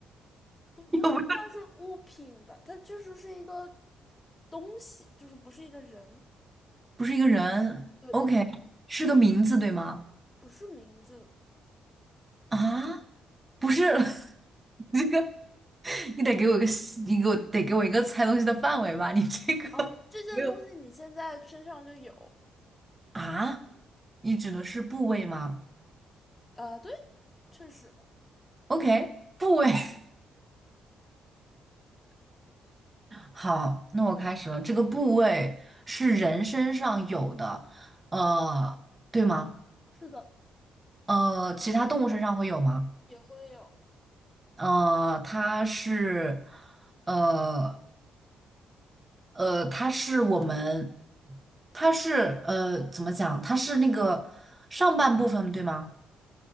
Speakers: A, on the left; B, on the right.
A: 不不能算是物品吧，
B: <laughs> 有没有？
A: 它确实是一个东西，就是不是一个人，
B: 不是一个人。
A: 对，
B: OK，
A: 不是
B: 是个名字对吗？
A: 不是名字，
B: 啊，不是，<laughs> 你这个你得给我一个细你给我得给我一个猜东西的范围吧？你这个没有，
A: 哦，这件东西你现在身上就有，
B: 啊，你指的是部位吗
A: 呃，对，确实
B: ？OK，部位。<laughs> 好，那我开始了。这个部位是人身上有的，呃，对吗？
A: 是的，
B: 呃，其他动物身上会有吗？
A: 也会有，
B: 呃，它是，呃呃，它是我们，它是呃，怎么讲？它是那个上半部分，对吗？